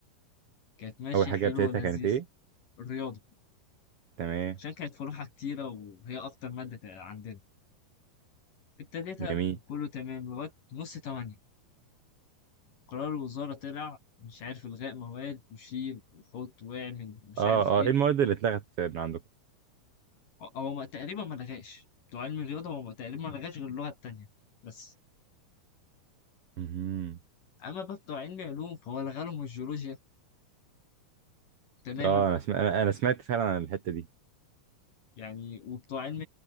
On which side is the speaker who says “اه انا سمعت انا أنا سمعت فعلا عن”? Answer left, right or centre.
Right